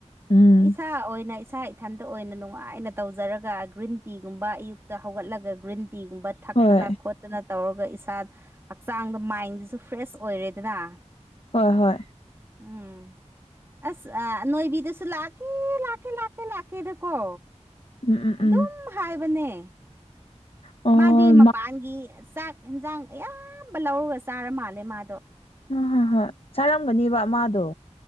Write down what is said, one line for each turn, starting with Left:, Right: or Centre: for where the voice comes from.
Left: ꯎꯝ
Right: ꯏꯁꯥ ꯑꯣꯏꯅ ꯏꯁꯥ ꯏꯊꯟꯇ ꯑꯣꯏꯅ ꯅꯨꯡꯉꯥꯏ ꯁꯃꯥꯏꯅ ꯇꯧꯖꯔꯒ ꯒ꯭ꯔꯤꯟ ꯇꯤꯒꯨꯝꯕ ꯑꯌꯨꯛꯇ ꯍꯧꯒꯠꯂꯒ ꯒ꯭ꯔꯤꯟ ꯇꯤꯒꯨꯝꯕ ꯊꯛꯇꯅ
Left: ꯍꯣꯏ
Right: ꯈꯣꯠꯇꯅ ꯇꯧꯔꯒ ꯏꯁꯥ ꯍꯛꯆꯥꯡꯗ ꯃꯥꯏꯟꯁꯤꯁꯨ ꯐ꯭ꯔꯦꯁ ꯑꯣꯏꯔꯦꯗꯅ
Left: ꯍꯣꯏ ꯍꯣꯏ
Right: ꯎꯝ ꯑꯁ ꯅꯣꯏꯕꯤꯗꯨꯁꯨ ꯂꯥꯛꯑꯀꯦ ꯂꯥꯛꯀꯦ ꯂꯥꯛꯀꯦ ꯂꯥꯛꯀꯦꯗꯀꯣ
Left: ꯎꯝ ꯎꯝ ꯎꯝ
Right: ꯑꯗꯨꯝ ꯍꯥꯏꯕꯅꯦ
Left: ꯑꯣ
Right: ꯃꯥꯗꯤ ꯃꯄꯥꯟꯒꯤ
Left: ꯃꯥ
Right: ꯆꯥꯛ ꯌꯦꯟꯁꯥꯡ ꯑꯌꯥꯝꯕ ꯂꯧꯔꯒ ꯆꯥꯔ ꯃꯥꯜꯂꯦ ꯃꯥꯗꯣ
Left: ꯑ ꯍ ꯍꯣꯏ ꯆꯥꯔꯝꯒꯅꯦꯕ ꯃꯥꯗꯣ